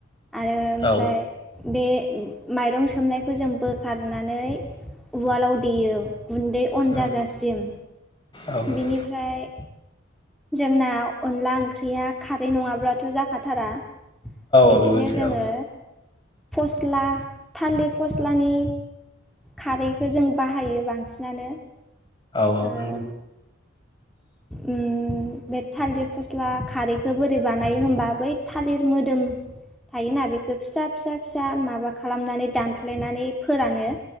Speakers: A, in the centre; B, on the left.
A: आरो ओमफ्राय
B: औ
A: बे माइरं सोमनायखौ जों बोखारनानै उवालाव देयो गुन्दै अन
B: औ
A: जाजासिम।
B: औ
A: बेनिफ्राय जोंना अनला ओंख्रिया खारै नङाब्लाथ' जाखाथारा। बेखायनो
B: औ बेबो मोनसे
A: जोङो
B: औ
A: फस्ला थालिर फस्लानि खारैखौ जों बाहायो बांसिनानो।
B: औ औ
A: ओ
B: नोंगौ।
A: उम बे थालिर फस्ला खारैखौ बोरै बानायो होमबा बै थालिर मोदोम थायोना बेखौ फिसा फिसा फिसा माबा खालामनानै दानफ्लेनानै फोरानो।